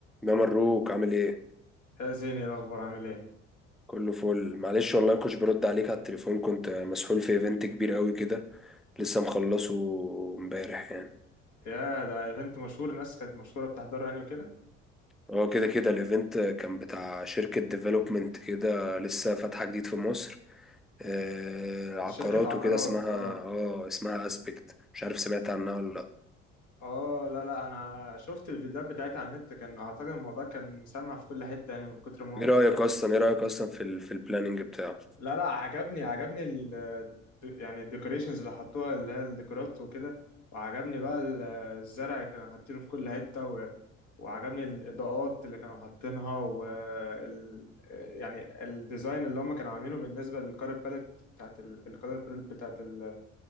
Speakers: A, in the centre; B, on the left.
A: ده مروك عامل ايه
B: يا زيني إيه الاخبار عامل ايه
A: كله فل معلش والله مكنتش برد عليك على التليفون كنت مسحول في ايفنت كبير قوي كده لسه مخلصه امبارح يعني
B: يا ده ايفنت مشهور الناس كانت مشهوره بتحضره يعني وكده
A: هو كده كده الايفنت كان بتاع شركة ديفلوبمنت كده لسه فاتحة جديد في مصر آه عقارات
B: دي شركه عقارات
A: وكده اسمها
B: اه
A: اه اسمها اسبكت مش عارف سمعت عنها ولا لا
B: اه لا لا انا شفت الفيديوهات بتاعتها على النت كان اعتقد الموضوع كان مسمع في كل حته يعني من كتر ما هو
A: ايه
B: كان
A: رأيك اصلا ايه رأيك اصلا في ال في البلاننج بتاعه
B: لا لا عجبني عجبني ال يعني الديكوريشنز اللي حطوها اللي هي الديكورات وكده وعجبني بقى ال- الزرع اللي كانوا حاطينه في كل حتة و... وعجبني الإضاءات اللي كانوا حاطينها و ال... يعني الديزاين اللي هم كانوا عاملينه بالنسبة للكارت باليت بتاعت ال... الكارت باليت بتاعت ال...